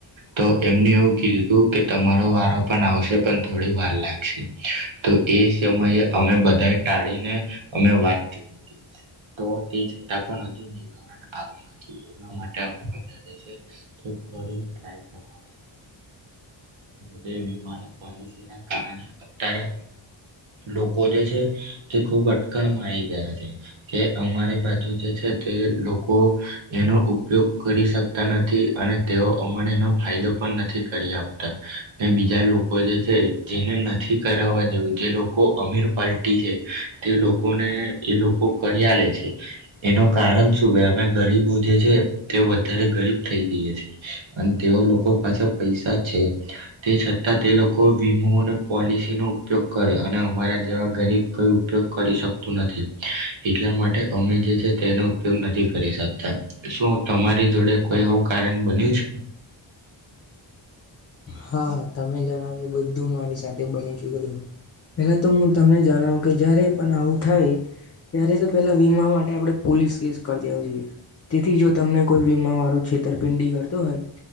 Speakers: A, on the right (about 65°); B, on the left (about 30°).
A: તો એમને એવું કીધું હતું કે તમારું વા પણ આવશે પણ થોડી વાર લાગશે તો એ સમયે અમે બધા ટાળીને અમે વાત જોઈ હતી તો તે છતાં પણ હજુ નિવારણ આવ્યું નથી એટલા માટે બ ફાય કરવા બે વિમાન પોલિસી ના કારણે અત્યારે લોકો જે છે તે ખૂબ અટકણમાં આવી ગયા છે કે અમારી બાજુ જે છે તે લોકો એનો ઉપયોગ કરી શકતા નથી અને તેઓ અમાને ફાયદો પણ નથી કરી આપતા બીજા લોકો જે છે જેને નથી કરાવવા જેવું જે લોકો અમીર પલ્ટી છે તે લોકોને એ લોકો કર્યા લે છે એનું કારણ શું ગયા અમે ગરીબો જે છે તે વધારે ગરીબ થઈ જઈે છે અને તેઓ લોકો પાસે પૈસા છે તે છતાં તે લોકો વીમો અને પોલિસી નો ઉપયોગ કરે અને અમારા જેવા ગરીબ કોઈ ઉપયોગ કરી શકતું નથી એટલા માટે અમે જે છે તેનો ઉપયોગ નથી કરી શકતા શું તમારી જોડે કોઈ આવું કારણ બન્યું છે
B: હા તમે જણાવ એ બધું મારી સાથે બની ચુ પેલા તો હું તમને જણાવું કે જય્યારે પણ આવું થાય ત્યારે તો પેલા વીમા માટે આપણે પોલીસ કેસ કરી દેવ જોઈએ તેથી જો તમને કોઈ વીમા વાળો છેતરપિંડી કરતો હોય